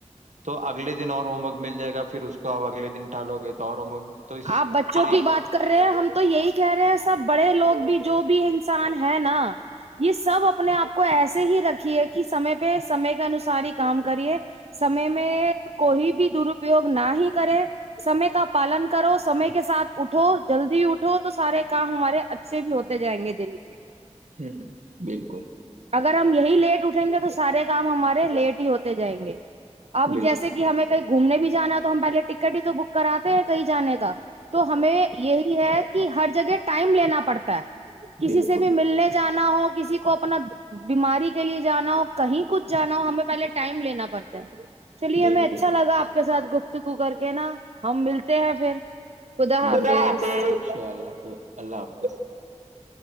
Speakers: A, on the right; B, on the right.
A: تو اگلے دن اور ہوم ورک مل جائے گا پھر اس کو آپ اگلے دن ٹالو گے تو اور ہومک تو
B: آپ بچوں
A: پھر
B: کی بات
A: <unintelligible>
B: کر رہے ہیں ہم تو یہی کہہ رہے ہیں سب بڑ لوگ بھی جو بھی انسان ہے نا یہ سب اپنے آپ کو ایسے ہی رکھیے کہ سمے پہ سمے کے انوسار ہی کام کریے سمے میں کوئی بھی درپیوگ نہ ہی کرے سمے کا پالن کرو سمے کے ساتھ اٹھو جلدی اٹھو تو سارے کام ہمارے اچھے سے بھی ہوتے جائیں گے دل کے
A: ہوں بالکل
B: اگر ہم یہی لیٹ اٹھیں گے تو سارے کام ہمارے لیٹ ہی ہوتے جائیں گے اب
A: بالکل
B: جیسے کہ ہمیں کئی گھومنے بھی جانا تو ہم پہلے ٹکٹ ہی تو بک کراتے ہیں کہیں جانے کا تو ہمیں یہی ہے کہ ہر جگہ ٹائم لینا پڑتا ہے کسی
A: بالکل
B: سے بھی ملنے جا نہ ہو کسی کو اپنا بیماری کے لیے جانا ہو کہیں کچھ جانا ہو ہمیں پہلے ٹائم لینا پڑتا ہے چلیے
A: بالکل
B: ہمیں اچھا لگا کے ساتھ گفتگو کر کے نا ہم ملتے ہیں پھر خدا حافظ
A: اچھا اللہ خ اللہ حافظ